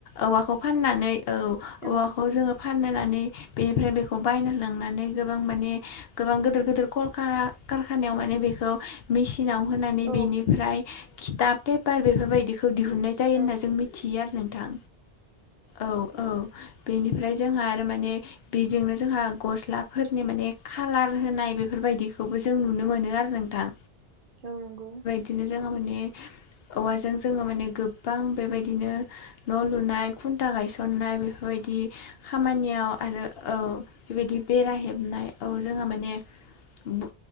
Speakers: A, on the left (about 70°); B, on the right (about 60°).
A: औवाखौ फाननानै औ औवाखौ
B: औ नंगौ औ
A: जोङो फाननानै बेनिफ्राय बेखौ बायना लांनानै गोबां माने गोबां गिदिर गिदिर कल कारखानायाव माने बेखौ मेसिनाव होनानै
B: औ
A: बेनि फ्राय खिथाब पेपार बेफोरबायदि खौ दिहुननाय जायो
B: औ
A: होनना जों मिथियो आरो नोंथां औ औ बेनिफ्राय जोंहा आरो माने बेजोंनो जोंहा गस्ला फोरनि माने खाालार होनाय बेफोरबायदिखौबो जों नुनो मोनो आरो नोंथां
B: औ नंगौ
A: बिदिनो जोङो माने औवाजों जोङो माने गोबां बेबायदिनो न' लुनाय खुन्था गायसननाय बेफोरबायदि खामानियाव आरो औ बेबायदि बेरा हेबनाय औ जोंहा माने बु